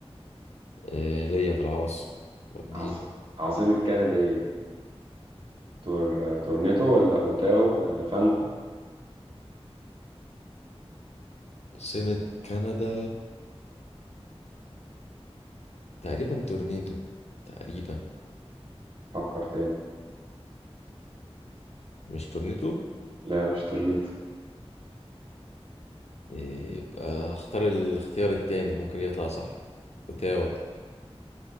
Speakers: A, on the left; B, on the right.
A: إيه ليا في العواصم والدين
B: عاص... عاصمة كندا ايه تور... تورنيتو ولا اوتاو ولا فانكو
A: عاصمه كندا تقريبا تورنيتو تقريبا
B: فكر تاني
A: مش تورنيتو
B: لا مش تورنيتو
A: يبقى اختار الاختيار التاني ممكن يطلع صح اوتاوا